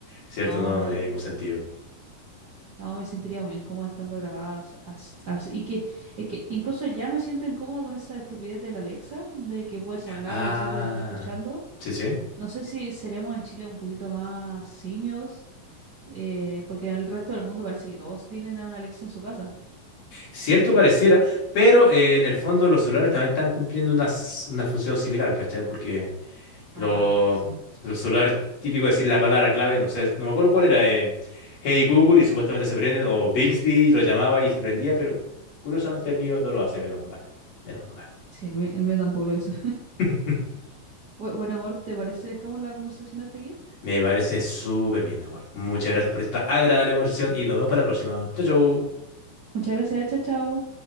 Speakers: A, on the left; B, on the right.
A: ¿Cierto?
B: No,
A: No,
B: no,
A: no tiene
B: no,
A: ningún sentido.
B: no, me sentiría muy incómoda estando grabadas as- as- así. Y que, es que incluso ya me siento incómoda con esa estupidez de la Alexa, de que puedes hablarle
A: Ah,
B: y siempre te está escuchando.
A: sí, sí.
B: No sé si seremos en Chile un poquito más simios, eh, porque en el resto del mundo parece que todos tienen a una Alexa en su casa.
A: Cierto pareciera, pero eh, en el fondo los celulares también están cumpliendo una, s- una función similar, ¿cachai? Porque
B: Ah,
A: los
B: verdad, sí.
A: los celulares, típico decir la palabra clave, no sé, no me acuerdo cuál era, eh, Hey Google y supuestamente se prenden, o Bixby lo llamaba y se prendía, pero curiosamente el mío no lo hace, menos mal, menos mal.
B: Sí, el mío, el mío tampoco lo hizo.
A: <laughs>
B: Bu- Buen amor, ¿te parece? Dejamos la conversación hasta aquí.
A: Me parece súper bien, amor. Muchas gracias por esta agradable conversación y nos vemos para la próxima. Chao, chao.
B: Muchas gracias, chao, chao.